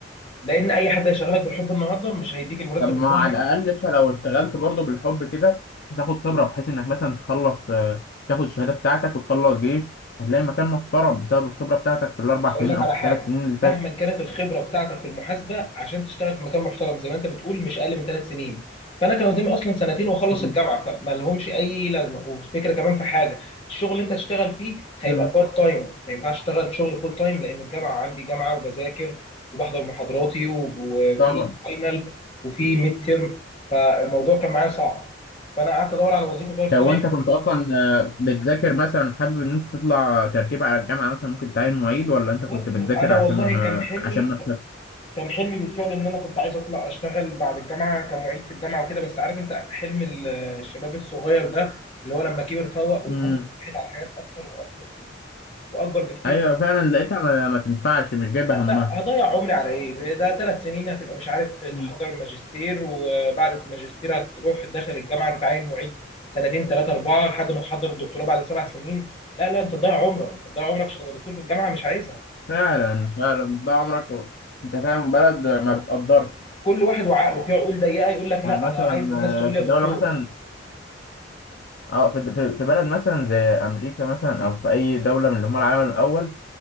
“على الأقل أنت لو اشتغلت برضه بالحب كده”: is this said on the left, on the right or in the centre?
Left